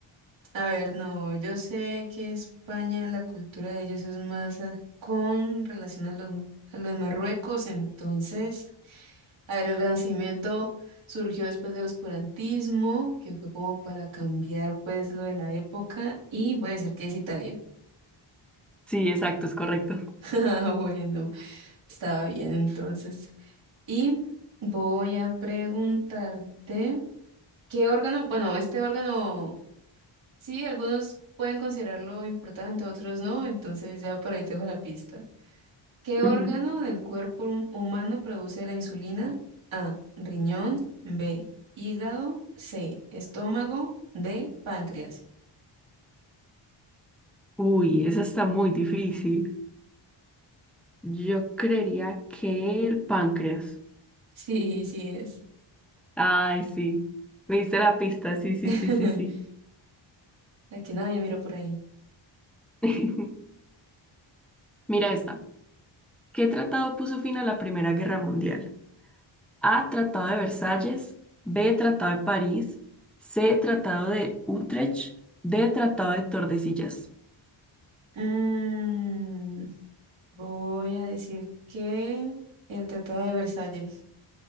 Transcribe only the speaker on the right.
A ver, no, yo sé que España, la cultura de ellos es más a- con relación a lo, a lo de Marruecos, entonces, a ver, el Renacimiento surgió después del oscurantismo, que fue como para cambiar pues lo de la época, y voy a decir que es Italia.
<laughs> Ah, Bueno, estaba bien entonces. Y voy a preguntarte. ¿Qué órgano? Bueno, este órgano, sí, algunos pueden considerarlo importante, otros no, entonces ya por ahí te dejo la pista. ¿Qué órgano
del cuerpo hum- humano produce la insulina? A, riñón, B, hígado, C, estómago, D, páncreas. <laughs>
Sí, sí es.
<laughs>
Aquí nadie mira por ahí.
Mm, voy a decir que el Tratado de Versalles.